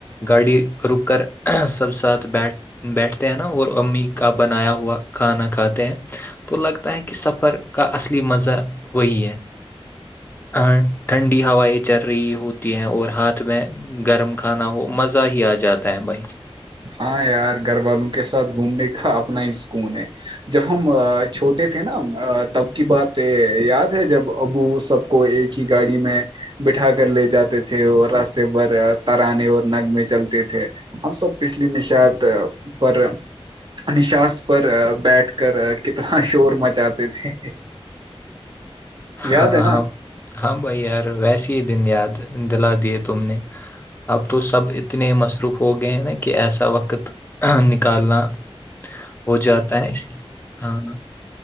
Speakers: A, on the left; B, on the right.
A: گاڑی رک کر سب ساتھ بیٹھ بیٹھتے ہیں نا اور امی کا بنایا ہوا کھانا کھاتے ہیں تو لگتا ہے کہ سب سفر کا اصلی مزہ وہی ہے اینڈ ٹھنڈی ہوائیں چل رہی ہوتی ہیں اور ہاتھ میں گرم کھانا ہو مزہ ہی آ جاتا ہے بھائی
B: ہاں یار گھر والوں کے ساتھ گھومنے کا اپنا ہی سکون ہے جب ہم چھوٹے تھے نا تب کی بات یاد ہے جب ابو سب کو ایک ہی گاڑی میں بٹھا کر لے جاتے تھے اور راستے پر ترانے اور نگمے چلتے تھے ہم سب پچھلی نشات پرر نشاست پر بیٹھ کر کتنا شور مچاتے تھے
A: ہاں
B: یاد ہے نا
A: ہاں ہاں بھائی یار ویسے ہی دن یاد دلا دیے تم نے اب تو سب اتنے مصروف ہو گئے ہیں نا کہ ایسا وقت نکالنا ہو جاتا ہے ہاں ہاں